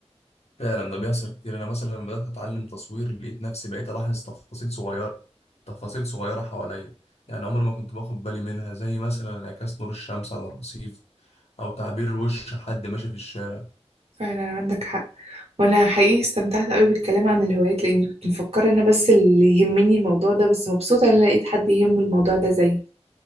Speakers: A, on the left; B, on the right.
A: فعلا ده بيحصل كتير انا مثلا لما بدات اتعلم تصوير لقيت نفسي بقيت الاحظ تفاصيل صغيره تفاصيل صغيره حواليا يعني عمري ما كنت باخد بالي منها زي مثلا انعكاس نور الشمس على الرصيف او تعبير وش حد ماشي في الشارع
B: فعلا عندك حق وانا حقيقي استمتعت قوي بالكلام عن الهوايات لاني كنت مفكره انا بس اللي يهمني الموضوع ده بس مبسوطه ان أنا لقيت حد يهمه الموضوع ده زيي